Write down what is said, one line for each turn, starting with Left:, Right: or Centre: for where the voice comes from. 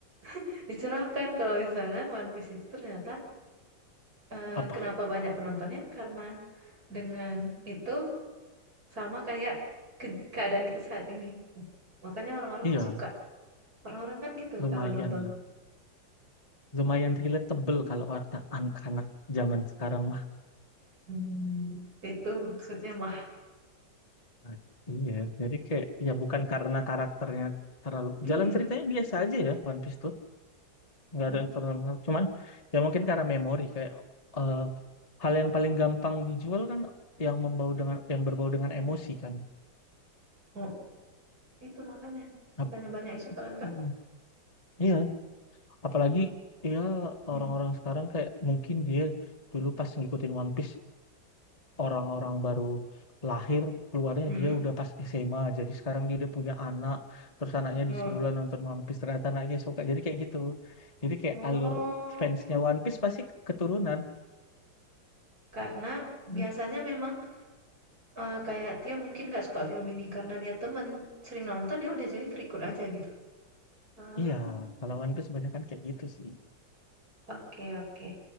Right: <laughs> Dicerahkan kalau misalnya One Piece itu ternyata eh,
Left: apa
Right: kenapa banyak penontonnya? Karena dengan itu sama kayak ke- keadaan kita saat ini. Makanya orang-orang
Left: iya
Right: tuh suka. Orang-orang kan gitu
Left: lumayan
Right: kalau nonton.
Left: lumayan relatable kalau warta anak-anak zaman sekarang mah.
Right: Hmm, itu maksudnya mah.
Left: Nah, Iya, jadi kayak ya bukan karena karakternya terlalu
Right: Mm-mm.
Left: jalan ceritanya biasa aja ya One Piece tuh nggak
Right: Mm-hmm.
Left: ada yang terlalu menarik. cuman ya mungkin karena memori kayak eh, hal yang paling gampang dijual kan yang membau dengan yang berbau dengan emosi kan.
Right: Oh, itu makanya
Left: Ap-
Right: bukannya banyak isu kan Kak?
Left: mm, iya, apalagi ya
Right: Hmm.
Left: orang-orang sekarang kayak mungkin dia dulu pas ngikutin One Piece orang-orang baru lahir keluarnya
Right: Mm-mm.
Left: dia udah pas SMA jadi sekarang dia udah punya anak terus anaknya
Right: Oh.
Left: disuruh lah nonton One Piece ternyata anaknya suka jadi kayak gitu jadi kayak
Right: Oh,
Left: alur fansnya One Piece pasti keturunan
Right: karena
Left: Hmm,
Right: biasanya memang eh, kayak dia mungkin nggak suka film ini karena lihat temen sering nonton ya udah jadi terikut aja gitu. Ah,
Left: iya kalau One Piece banyak kan kayak gitu sih
Right: oke oke